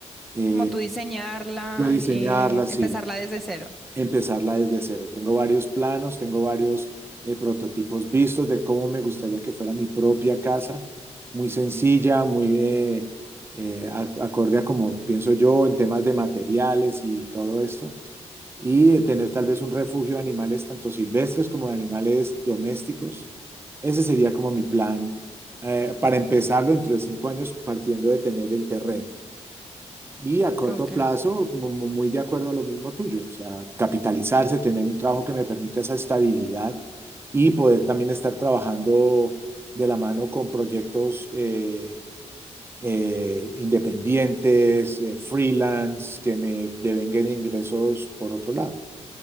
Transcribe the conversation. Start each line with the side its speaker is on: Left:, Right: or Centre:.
Right: eh,
Centre: Como tú diseñarla,
Right: yo diseñarla,
Centre: eh,
Right: sí,
Centre: empezarla desde cero.
Right: empezarla desde cero. Tengo varios planos, tengo varios eh, prototipos vistos de cómo me gustaría que fuera mi propia casa, muy sencilla, muy eh, eh, acorde a como pienso yo en temas de materiales y todo esto, y tener tal vez un refugio de animales tanto silvestres como de animales domésticos. Ese sería como mi plan eh, para empezarlo dentro de cinco años partiendo de tener el terreno. Y a corto
Centre: Ok.
Right: plazo, mu- mu- muy de acuerdo a lo mismo tuyo, o sea, capitalizarse, tener un trabajo que me permita esa estabilidad y poder también estar trabajando de la mano con proyectos eh, eh, independientes, eh, freelance, que me devenguen ingresos por otro lado.